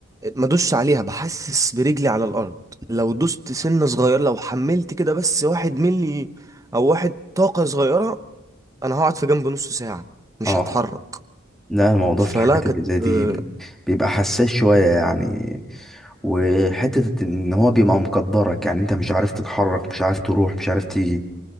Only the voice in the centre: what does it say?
اه
لا الموضوع
في الحاجات
اللي زي دي
بي- بيبقى حساس شوية يعني وحتة ان هو بيبقى مقدرك يعني انت مش عارف تتحرك مش عارف تروح مش عارف تيجي